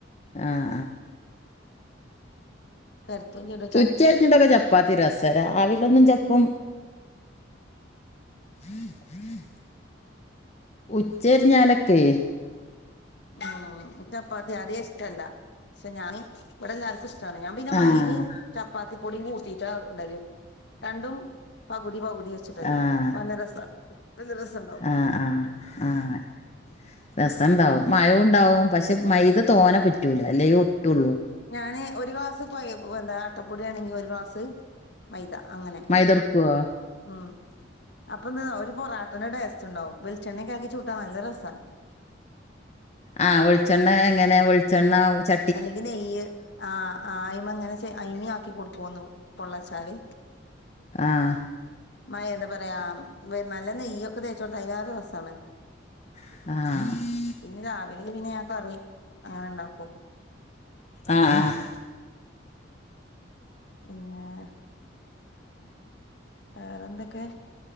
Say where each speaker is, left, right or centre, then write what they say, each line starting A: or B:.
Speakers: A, on the left; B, on the left.
A: ആഹ് ആഹ്
B: <unintelligible> ച്ചു ടും
A: ഉച്ച കഴിഞ്ഞിട്ടൊക്കെ ചപ്പാത്തി രസാ രാവിലൊന്നും ചിലപ്പം <inaudible> ഉച്ച തിരിഞ്ഞാലൊക്കെ
B: ഓഹ് ക്ക് ചപ്പത്തി അധിക ഇഷ്ട്ട ല്ല പക്ഷെ ഞാൻ ഇവിടെ എല്ലാർക്കും ഇഷ്ട്ടാ ണ് ഞാൻ പിന്നെ മൈദയും
A: ആഹ്
B: ചപ്പാത്തി പൊടിയും കൂട്ടീട്ടാ ള്ളത് രണ്ടും പകുതി പകുതി വെ ച്ചിട്ട ചൂട
A: ആഹ്
B: നല്ല രസാ ഇത് രസണ്ടോ
A: ആഹ് ആഹ് രസോണ്ടാവും മയോം ഉണ്ടാവും പക്ഷെ മൈത തോനെ പറ്റൂല അല്ലേ ഒട്ടുള്ളൂ
B: ഞാന് ഒരു ഗ്ലാസ് പോയ എന്താ ആട്ടപ്പൊടി ആണെങ്കിൽ ഒരു ഗ്ലാസ് മൈദ അങ്ങനെ
A: മൈദ എടുക്കുവോ
B: ഉം അപ്പൊന്താന്നോ ഒരു പൊറാ ട്ടന്റെ ടേസ്റ്റ് ഉണ്ടാവും വെളിച്ചേണ്ണക്ക ആക്കി ചുട്ടാ നല്ല രസാ ണ്
A: ആഹ് വെളിച്ചെണ്ണ എങ്ങനെ വെളിച്ചെണ്ണ ച
B: അല്ലെങ്കിൽ നെയ്യ് ആഹ് അയമേ ഇങ്ങനെ ചെയ് അയിമേ ആക്കി കൊടുക്കോന്ന് പൊള്ളച്ചാല്
A: ആഹ്
B: മഴ എന്താ പറയാ നല്ല നെയ്യ് ഒക്കെ തേച്ചോടുത്ത അതിനാറെ രസാണ്
A: ആഹ്
B: പിന്നെ രാവിലെ പിന്നെ ഞാൻ കറി അങ്ങനെ ഉണ്ടാക്കൂ
A: ആഹ് ആഹ്
B: പിന്നെ വേറെന്തൊക്കെ